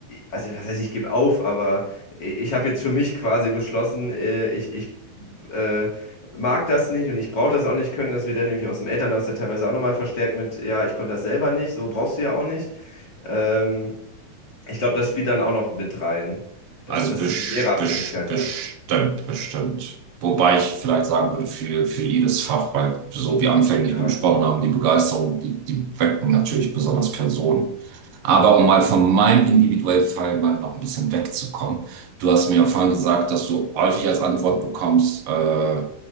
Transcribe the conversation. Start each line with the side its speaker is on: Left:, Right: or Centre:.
Left: also was heißt, ich gebe auf, aber ich, ich habe jetzt für mich quasi beschlossen, äh, ich, ich äh, mag das nicht und ich brauche das auch nicht können, dass wir dann irgendwie aus dem Elternhaus ja teilweise auch nochmal verstärkt mit, ja, ich konnte das selber nicht, so brauchst du ja auch nicht. Ähm, ich glaube, das spielt dann auch noch mit rein, dass,
Right: Also
Left: dass
Right: bes-
Left: diese Lehrerabhängigkeit
Right: bes- bestimmt,
Left: da ist.
Right: bestimmt. Wobei ich vielleicht sagen würde, für, für jedes Fach, weil so wie anfänglich
Left: Ja.
Right: wir gesprochen haben, die Begeisterung, die, die wecken natürlich besonders Personen. Aber um mal von meinem individuellen Fall mal noch ein bisschen wegzukommen, du hast mir ja vorhin gesagt, dass du häufig als Antwort bekommst, äh,